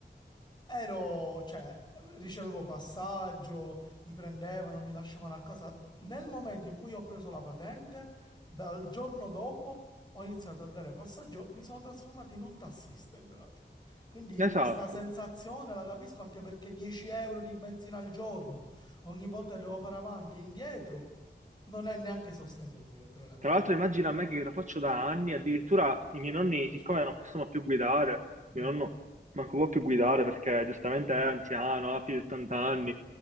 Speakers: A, on the left (about 25°); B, on the right (about 40°).
A: Ero, cioè, ricevevo passaggio, mi prendevano, mi lasciavano a casa. Nel momento in cui ho preso la patente, dal giorno dopo ho iniziato a dare passaggio, mi sono trasformato in un tassista in pratica. Quindi
B: Esatto.
A: questa sensazione la capisco anche perché 10 euro di benzina al giorno, ogni volta che devo fare avanti e indietro, non è neanche sostenibile, tra le altre
B: Tra l'altro
A: cose.
B: immagina a me che lo faccio da anni, addirittura i miei nonni,
A: Perciò,
B: siccome non possono più guidare,
A: mm,
B: mio nonno manco può più guidare perché giustamente è anziano, ha più di 80 anni,